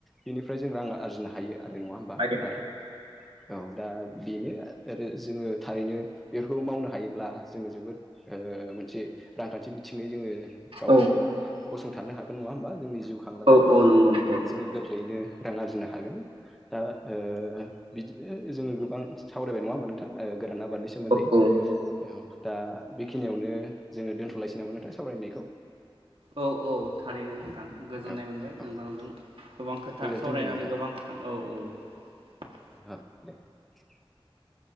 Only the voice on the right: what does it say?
हायो
औ
औ औ नंगौ नंगौ
औ औ
औ औ थारैनो नोंथां गोजोननाय
मोनबाय
नोंथांजों गोबां खोथा
सावरायनानै
गोबां खोथा औ औ